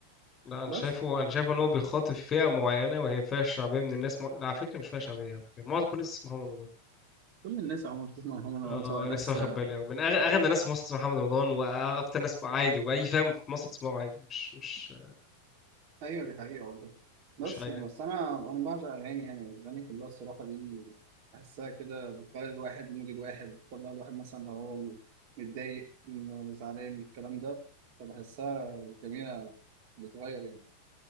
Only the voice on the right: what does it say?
بس
كل الناس عموما بتسمع محمد رمضان
سواء ناس
ايوه دي حقيقة والله بس
بس انا انا بعشق اغاني يعني الاغاني كلها الصراحة دي بحسها كده بتغير الواحد مود الواحد بتطلع الواحد مثلا لو هو متضايق إنه زعلان الكلام ده فبحسها جميلة بتغير يعني